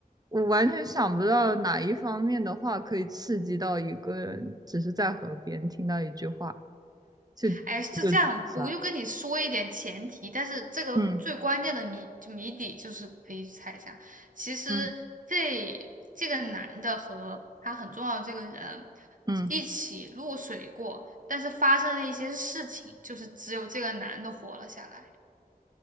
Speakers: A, on the right; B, on the right.
A: 我完全想不到哪一方面的话可以刺激到一个人，只是在河边听到一句话就就自杀。
B: 哎，是这样，我就跟你说一点前提，但是这个最关键的谜就谜底就是可以猜一下。
A: 嗯
B: 其实这这个男的和他很重要的这个人
A: 嗯嗯，
B: 一起落水过，但是发生了一些事情，就是只有这个男的活了下来。